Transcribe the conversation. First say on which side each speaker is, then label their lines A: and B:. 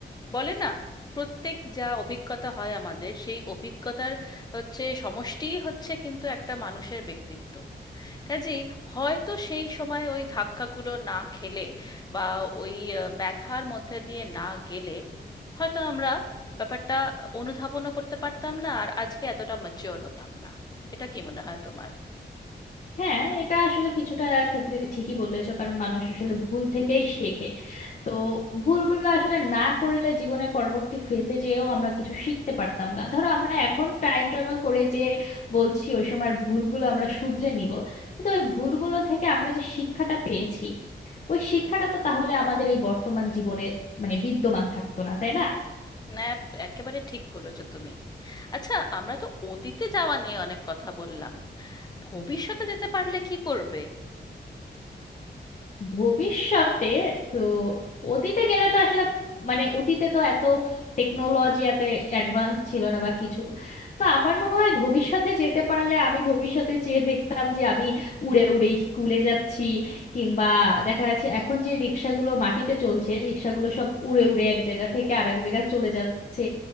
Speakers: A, on the left; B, on the left.
A: বলে না প্রত্যেক যা অভিজ্ঞতা হয় আমাদের সেই অভিজ্ঞতার হচ্ছে সমষ্টিই হচ্ছে কিন্তু একটা মানুষের ব্যক্তিত্ব কাজেই হয়তো সেই সময় ওই ধাক্কাগুলো না খেলে বা ওই আহ, ব্যথার মধ্যে দিয়ে না গেলে হয়তো আমরা ব্যাপারটা অনুধাবনও করতে পারতাম না আর আজকে এতটা ম্যাচিওর হতাম না এটা কি মনে হয় তোমার
B: হ্যাঁ এটা আসলে কিছুটা ক্ষেত্রে ঠিকই বলেছো কারণ মানুষ আসলে ভুল থেকেই শেখে তো ভুলগুলো আসলে না করলে জীবনের পরবর্তী ফেজে যেও আমরা কিছু শিখতে পারতাম না ধরো আমরা এখন টাইম ট্রাভেল করে যে বলছি ওই সময়ের ভুলগুলো আমরা শুধরে নিব কিন্তু ওই ভুলগুলো থেকে আমরা যে শিক্ষাটা পেয়েছি ওই শিক্ষাটা তো তাহলে আমাদের এই বর্তমান জীবনে মানে বিদ্যমান থাকতো না তাই না
A: না একেবারে ঠিক বলেছো তুমি আচ্ছা আমরা তো অতীতে যাওয়া নিয়ে অনেক কথা বললাম ভবিষ্যতে যেতে পারলে কি করবে
B: ভবিষ্যতে তো অতীতে গেলে তো আসলে মানে অতীতে তো এত টেকনোলজি এত অ্যাডভান্স ছিল না বা কিছু তো আমার মনে হয় ভবিষ্যতে যেতে পারলে আমি ভবিষ্যতে যেয়ে দেখতাম যে আমি উড়ে উড়ে স্কুলে যাচ্ছি কিংবা দেখা যাচ্ছে এখন যে রিক্সাগুলো মাটিতে চলছে রিক্সাগুলো সব উড়ে উড়ে এক জায়গা থেকে আরেক জায়গায় চলে যাচ্ছে